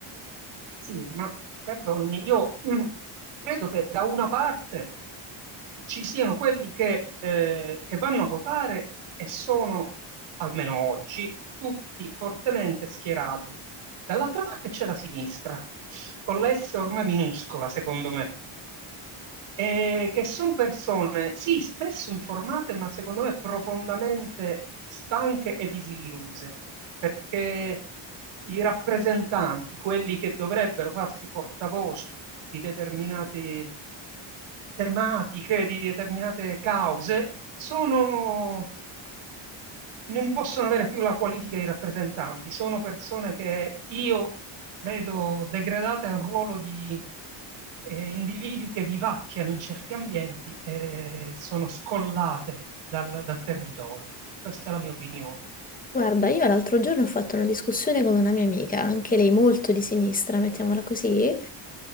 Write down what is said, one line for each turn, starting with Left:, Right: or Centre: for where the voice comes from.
Right: sì, ma perdonami, io <clears throat> mm, credo che da una parte ci siano quelli che, eh, che vanno a votare e sono, almeno oggi, tutti fortemente schierati. Dall'altra parte c'è la sinistra, con la S ormai minuscola, secondo me. eh, che sono persone, sì, spesso informate, ma secondo me profondamente stanche e disilluse, perché i rappresentanti, quelli che dovrebbero farsi portavoce di determinate tematiche, di determinate cause, sono, non possono avere più la qualifica di rappresentanti, sono persone che io vedo degradate a un ruolo di eh, individui che vivacchiano in certi ambienti e sono scollate dal, dal territorio. Questa è la mia opinione.
Left: Guarda, io l'altro giorno ho fatto una discussione con una mia amica, anche lei molto di sinistra, mettiamola così,